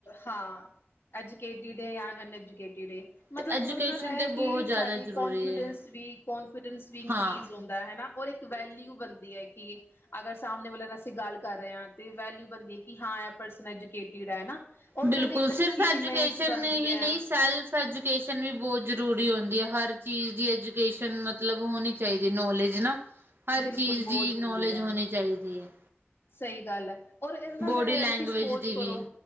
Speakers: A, on the left; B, on the right.
A: ਹਾਂ ਐਜੂਕੇਟਿਡ ਏ ਯਾ ਅਨਐਜੂਕੇਟਿਡ ਏ। ਮਤਲਬ
B: ਤੇ ਐਜੂਕੇਸ਼ਨ
A: ਉਹਦੇ ਨਾਲ ਇਹ ਹੈ,
B: ਤੇ
A: ਕਿ
B: ਬਹੁਤ
A: ਸਾਡੀ
B: ਜ਼ਿਆਦਾ ਜ਼ਰੂਰੀ
A: ਕੋਨਫੀਡੈਂਸ
B: ਹੈ
A: ਵੀ ਕੋੋਂਨਫੀਡੈਂਸ ਵੀ ਇਨਕਰੀਜ਼
B: ਹਾਂ
A: ਹੁੰਦਾ ਹਨਾ ਔਰ ਇੱਕ। ਇੱਕ ਵੈਲਿਊ ਬਣਦੀ ਹੈ, ਕਿ ਅਗਰ ਸਾਹਮਣੇ ਵਾਲਿਆਂ ਨਾਲ ਅਸੀਂ ਗੱਲ ਕਰ ਰਹੇ ਹਾਂ ਤੇ ਵੈਲਿਊ ਬਣਦੀ ਹੈ ਕਿ ਹਾਂ। ਪਰਸਨ ਐਜੂਕੇਟਡ ਹੈ ਨਾ। ਉਹਦੇ
B: ਬਿਲਕੁਲ
A: ਨਾਲ ਇੱਕ ਅੱਛੀ
B: ਸਿਰਫ ਐਜੂਕੇਸ਼ਨ
A: ਇਮੇਜ ਬਣਦੀ
B: ਹੀ
A: ਹੈ
B: ਨਹੀਂ ਸੈਲਫ ਐਜੂਕੇਸ਼ਨ ਵੀ ਬਹੁਤ। ਜ਼ਰੂਰੀ ਹੁੰਦੀ ਹੈ, ਹਰ ਚੀਜ਼ ਦੀ ਐਜੂਕੇਸ਼ਨ ਮਤਲਬ ਹੋਣੀ ਚਾਹੀਦੀ ਹੈ, ਨੌਲੇਜ ਨਾ। ਹਰ
A: ਬਿਲਕੁਲ
B: ਚੀਜ਼
A: ਬਹੁਤ
B: ਦੀ
A: ਜ਼ਰੂਰੀ
B: ਨੌਲੇਜ
A: ਹੈ
B: ਹੋਣੀ ਚਾਹੀਦੀ ਹੈ।
A: ਸਹੀ ਗੱਲ ਹੈ, ਔਰ ਇਹਦੇ ਨਾਲ
B: ਬੋਡੀ
A: ਇਹ
B: ਲੈਂਗੁਏਜ
A: ਕਿ ਸਪੋਸ
B: ਦੀ
A: ਕਰੋ।
B: ਵੀ